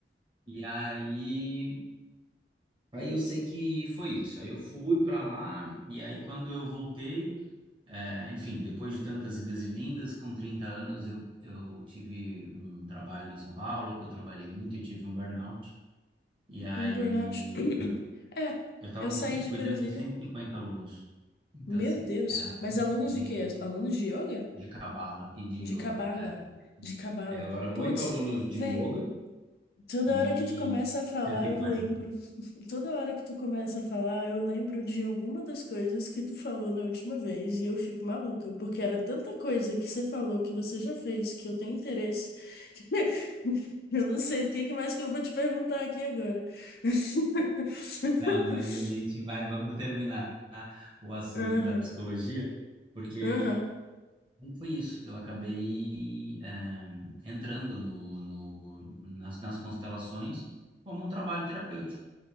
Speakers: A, on the right; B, on the left.
A: E aí, aí eu sei que foi isso. Aí eu fui para lá, e aí quando eu voltei. É, enfim, depois de tantas idas e vindas, com 30 anos eu, eu tive um trabalho em São Paulo, que eu trabalhei muito e tive um burnout. E aí,
B: Tive um burnout. <clears throat> É,
A: eu estava
B: eu saí de
A: cuidando
B: Brasília.
A: de 150 alunos. Então,
B: Meu
A: assim,
B: Deus.
A: era
B: Mas
A: muita
B: alunos
A: gente
B: de quê? Alunos de yoga?
A: de cabala e de
B: De
A: yoga.
B: cabala.
A: É.
B: De cabala.
A: É, Eram
B: Putz,
A: oito alunos de
B: velho.
A: yoga
B: Toda
A: e
B: hora que tu começa a falar,
A: cento e
B: eu
A: quarenta
B: lembro. <laughs> Toda hora que tu começa a falar, eu lembro de alguma das coisas que tu falou na última vez e eu fico maluca, porque era tanta coisa que você falou que você já fez que eu tenho interesse. <laughs> Eu não sei do que que mais que eu vou te perguntar aqui agora. <laughs>
A: Não, mas a gente vai, vamos terminar o assunto
B: Aham,
A: da psicologia, porque
B: aham,
A: E Foi isso, eu acabei eh, entrando no, no- nas, nas constelações como um trabalho terapêutico,